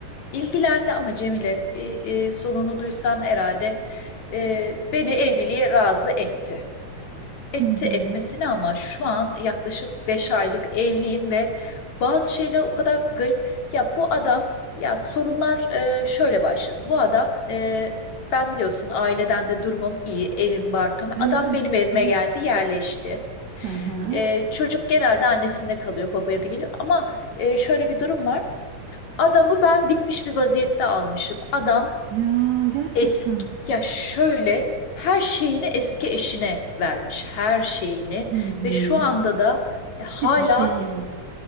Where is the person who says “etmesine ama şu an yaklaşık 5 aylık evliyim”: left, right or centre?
Left